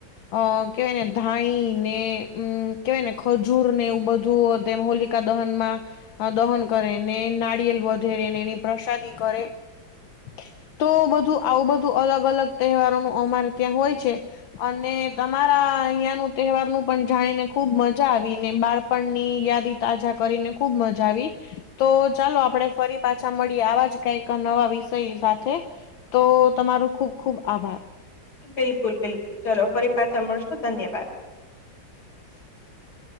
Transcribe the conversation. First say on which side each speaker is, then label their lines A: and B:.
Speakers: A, on the left; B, on the left.
A: અ કેવાય ને ધાણી નેમ અમ કેવાય ને, ખજૂર ને એવું બધું અ તેમ હોલી હોળી કા દહનમાં અ દહન કરે ને, નારિયેલ વધેરે ને એની પ્રસાદી કરે. <unintelligible> તો બધું આવું બધું અલગ અલગ તહેવારોનું, અમારે ત્યાં હોય છે. અને તમારા અહિયાંયા નુ તહેવારનું પણ જાણી ને ખુબ મજા આવી ને, બાળપણની યાદી તાઝા કરીને ખૂબ મજા આવી તો ચાલો આપણેે ફરી પાછા મળીએ, આવા જ કઈક નવા વિષય સાથે. તો તમારૉ ખુબ ખુબ આભાર.
B: બિલકુલ બિલકુલ ચલો, ફરી પાછા મળશું, ધન્યવાદ.
A: <inaudible> <unintelligible>